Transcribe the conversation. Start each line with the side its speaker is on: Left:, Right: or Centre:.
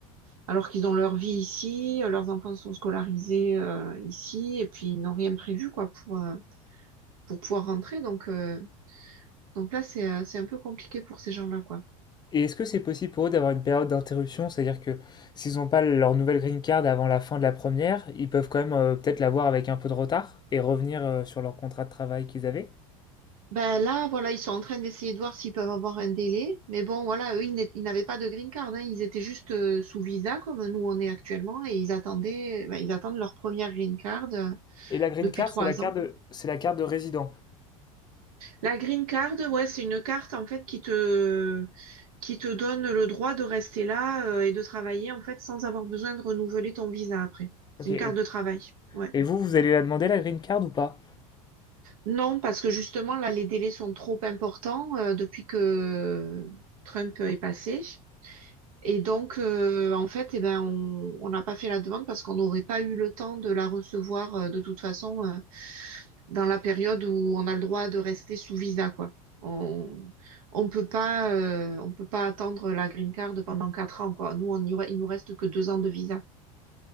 Right: alors qu'ils ont leur vie ici, euh, leurs enfants sont scolarisés euh, ici, et puis ils n'ont rien prévu quoi pour euh, pour pouvoir rentrer. Donc euh, donc là, c'est euh, c'est un peu compliqué pour ces gens-là quoi.
Left: Et est-ce que c'est possible pour eux d'avoir une période d'interruption? C'est-à-dire que s'ils n'ont pas leur nouvelle green card avant la fin de la première, ils peuvent quand même, heu, peut-être l'avoir avec un peu de retard et revenir, heu, sur leur contrat de travail qu'ils avaient?
Right: Ben là, voilà, ils sont en train d'essayer de voir s'ils peuvent avoir un délai. Mais bon, voilà, eux, ils n'ét- ils n'avaient pas de green card, hein. Ils étaient juste euh, sous visa, comme nous on est actuellement, et ils attendaient, ben, ils attendent leur première green card euh,
Left: Et la green
Right: depuis
Left: card,
Right: trois
Left: c'est la carte
Right: ans.
Left: de, c'est la carte de résident.
Right: La green card, ouais, c'est une carte, en fait, qui te, qui te donne le droit de rester là, euh, et de travailler, en fait, sans avoir besoin de renouveler ton visa après. C'est
Left: Ok.
Right: une
Left: Et,
Right: carte de travail. Ouais.
Left: et vous, vous allez la demander la green card ou pas?
Right: Non, parce que justement, là, les délais sont trop importants, euh, depuis que Trump est passé. Et donc, euh, en fait, eh ben, on on n'a pas fait la demande parce qu'on n'aurait pas eu le temps de la recevoir euh, de toute façon euh, dans la période où on a le droit de rester sous visa, quoi. On on peut pas euh, on peut pas attendre la green card pendant quatre ans, quoi. Nous, on y aura- il nous reste que deux ans de visa.